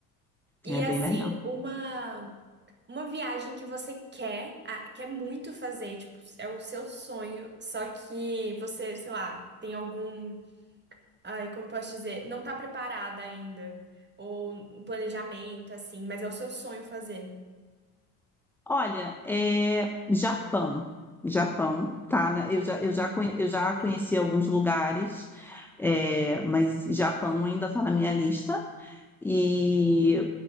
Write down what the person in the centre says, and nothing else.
é bem
legal.
Olha, é Japão. Japão, tá? na- Eu
já, eu já, conhe- eu já
conheci alguns lugares, é, mas Japão ainda está na minha lista. E